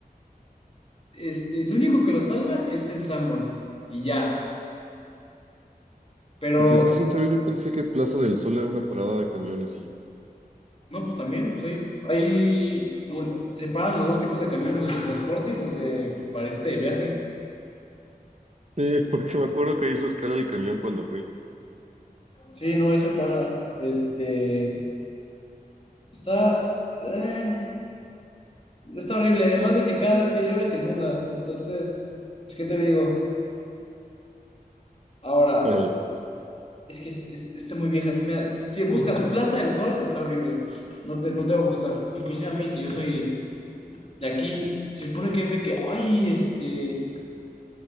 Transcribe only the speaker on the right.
Si te soy sincero, yo pensé que Plaza del Sol era una parada de camiones y
Sí, <laughs> porque me acuerdo que hizo escala el camión cuando fui.
Dale.